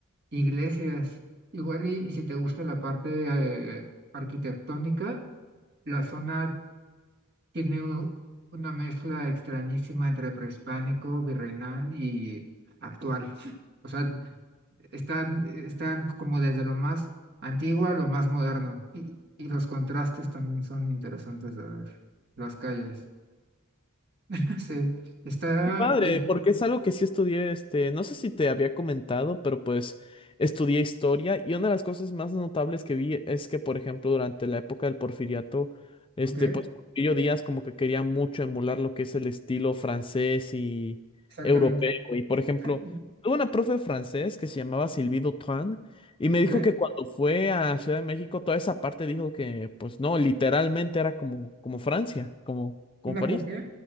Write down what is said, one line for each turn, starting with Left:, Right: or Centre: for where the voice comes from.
Right: Iglesias, igual y, y si te gusta la parte eh, arquitectónica, la zona tiene u- una mezcla extrañísima entre prehispánico, virreinal y actual. <laughs> O sea, están, están como desde lo más antiguo a lo más moderno. Y, y los contrastes también son interesantes de ver. Las calles. <laughs> Sí, está
Left: Padre,
Right: igual.
Left: porque es algo que sí estudié, este, no sé si te había comentado, pero pues estudié historia y una de las cosas más notables que vi es que, por ejemplo, durante la época del Porfiriato, este,
Right: Ok,
Left: pues Porfirio Díaz como que quería mucho emular lo que es el estilo francés y
Right: exactamente.
Left: europeo. Y, por ejemplo,
Right: <laughs>
Left: tuve una profe de francés que se llamaba Sylvie Dutran y me
Right: Ok,
Left: dijo que cuando fue a Ciudad de México, toda esa parte dijo que, pues no, literalmente era como, como Francia, como, como
Right: una
Left: París.
Right: copia.